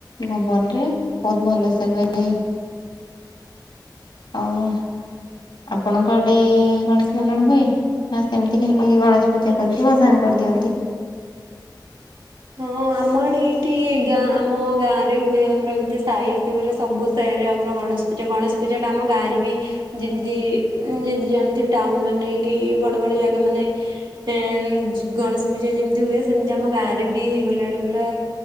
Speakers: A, on the left; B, on the right.
A: ଭୁବନ ରେ ବହୁତ ଭଲ ସେ ହୁଏ। ଆଉ ଆପଣଙ୍କ ଆଡେ ଗଣେଶ ମେଲଣ ହୁଏ। ମା ସେମିତି ଖାଲି ଗଣେଶ ପୂଜା କରିକି ଭସାଣି କରିଦିଅନ୍ତି। <inaudible>
B: ହଁ ଆମ ଆଡେ ଏଇଠି ଗାଁ ଆମ ଗାଁ ରେ ହୁଏ ଆମର ଏମିତି ସାଇ ହିସାବରେ ସବୁ ରେ ଆମର ଗଣେଶ ପୂଜା ଗଣେଶ ପୂଜା ଟା ଆମ ଗାଁରେ ବି ଯେମତି ଯ ଜାଣିଥିବେ ଟାଉନ ମାନେ କି ବଡ ବଡ ଜାଗା ମାନେ ହେଁମ୍ ଗଣେଶ ପୂଜା ଯେମତି ହୁଏ ସେମିତି ଆମ ଗାଁରେ ବି ହେଇଗଲାଣି ପୁରା